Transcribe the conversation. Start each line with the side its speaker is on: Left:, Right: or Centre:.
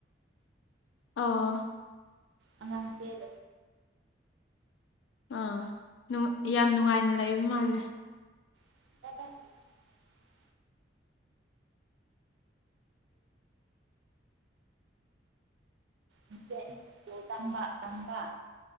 Left: ꯑꯥ
Right: ꯑꯉꯥꯡ ꯆꯦꯜ
Left: ꯑꯥ ꯌꯥꯝ ꯅꯨꯡꯉꯥꯏꯅ ꯂꯩꯕ ꯃꯥꯜꯂꯦ
Right: ꯀꯠꯇꯗꯤꯗꯤ ꯎꯝ ꯆꯠ ꯌꯦꯨꯄ ꯇꯥꯡꯥꯛ ꯇꯝꯥ